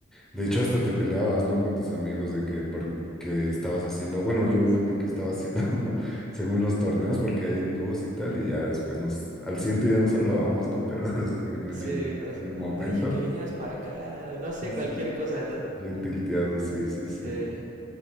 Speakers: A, in the centre; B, on the right (about 40°).
A: De hecho, hasta te peleabas, ¿no? Con tus amigos de que, por, que estabas haciendo, bueno, yo
B: Así.
A: de que estaba haciendo <laughs> según los torneos, porque hay en dúos y tal, y ya después nos, al siguiente día nos hablábamos, ¿no? Pero <laughs> después en
B: Sí,
A: el,
B: pero así
A: en
B: como
A: el momento,
B: te dije que vinieras para acá, no sé,
A: sí, sí,
B: cualquier cosa, ¿no?
A: bien tilteado, sí, sí,
B: Sí.
A: sí.